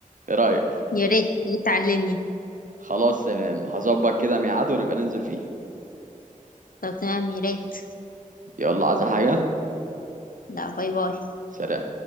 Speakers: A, on the right; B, on the left.
A: ايه رأيك
B: يا ريت تعلمني
A: خلاص تمام هظبط كده ميعاد ونبقى ننزل فيه
B: طب تمام يا ريت
A: يلا عايزة حاجة
B: لا باي باي
A: سلام